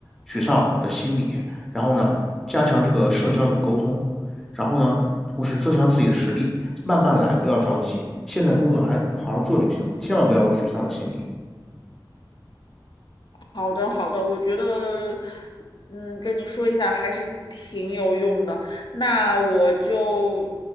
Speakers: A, in the centre; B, on the left.
A: 沮丧的心理，然后呢，加强这个社交与沟通，然后呢，同时增强自己的实力，慢慢来，不要着急。现在工作还好好做就行了，千万不要有沮丧的心理。
B: 好的，好的，我觉得，嗯，跟你说一下还是挺有用的。那我就